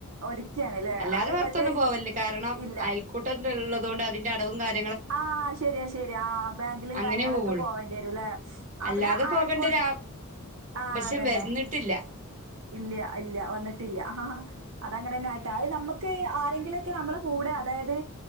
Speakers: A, on the right; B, on the right.
A: ഒരുക്കാണ്ല്ലേ
B: അല്ലാതെ
A: അത്
B: പുറത്തൊന്നും
A: മറ്റേ
B: പോവല്ലേ കാരണം
A: ഇല്ല
B: അയൽക്കൂട്ടം ഉള്ളതുകൊണ്ട് അതിന്റെ അടവും കാരി
A: ആഹ് ശരിയാ ശരിയാ ബാങ്കിലും
B: അങ്ങനെ
A: കാര്യങ്ങളൊക്കെ
B: പോവുള്ളു
A: പോവേണ്ടി വരും അല്ലേ അവിടെ
B: അല്ലാതെ
A: അയൽക്കോട്ട്-
B: പോകേണ്ട ഒരു ആവശ്യം
A: ആഹ് അത് തന്നെ
B: വരുന്നിട്ടില്ല
A: ഇല്ല ഇല്ല വന്നിട്ടില്ല ആഹ് അതങ്ങനെ തന്നെ ആട്ട അത് നമുക്ക് ആരെങ്കിലുംക്കെ നമ്മടെ കൂടെ അതായത്